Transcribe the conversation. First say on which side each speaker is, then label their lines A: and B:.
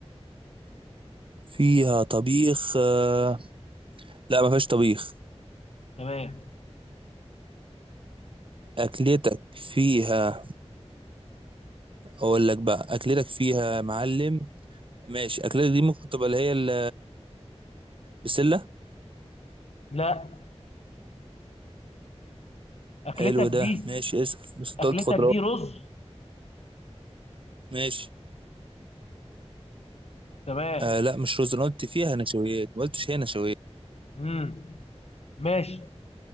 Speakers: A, on the right (about 50°); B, on the left (about 70°).
A: فيها طبيخ آه، لا ما فيهاش طبيخ
B: تمام
A: أكلتك فيها أقول لك بقى أكلتك فيها يا معلم ماشي أكلتك دي ممكن تبقى اللي هي ال- البسلة
B: لا اكلتك
A: حلو ده
B: دي
A: ماشي اسأل بس أنت
B: اكلتك
A: قلت خضروات
B: دي رز
A: ماشي
B: تمام
A: آه لا مش رز أنا قلت فيها نشويات ما قلتش هي نشويات
B: امم ماشي